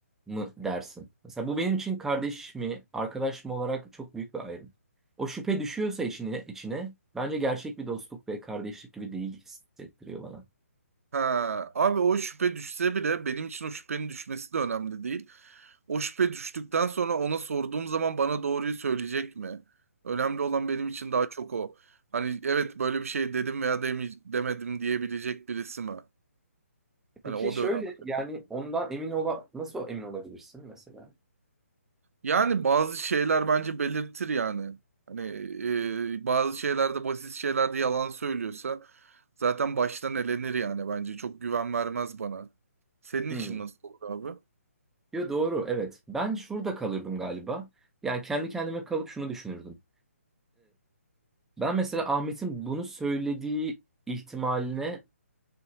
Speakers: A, in the centre; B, on the right.
A: mı dersin? Mesela bu benim için kardeş mi, arkadaş mı olarak çok büyük bir ayrım. O şüphe düşüyorsa içine, içine bence gerçek bir dostluk ve kardeşlik gibi değil hissettiriyor bana.
B: Ha. Abi o şüphe düşse bile benim için o şüphenin düşmesi de önemli değil. O şüphe düştükten sonra ona sorduğum zaman bana doğruyu söyleyecek mi? Önemli olan benim için daha çok o. Hani evet böyle bir şey dedim veya demi- demedim diyebilecek birisi mi? Hani
A: Peki
B: o
A: şöyle
B: da önemli.
A: yani ondan emin ola nasıl emin olabilirsin mesela?
B: Yani bazı şeyler bence belirtir yani. Hani e, bazı şeylerde basit şeylerde yalan söylüyorsa zaten baştan elenir yani bence. Çok güven vermez bana. Senin için
A: Hmm.
B: nasıl olur abi?
A: Yo doğru evet. Ben şurada kalırdım galiba. Yani kendi kendime kalıp şunu düşünürdüm. Ben mesela Ahmet'in bunu söylediği ihtimaline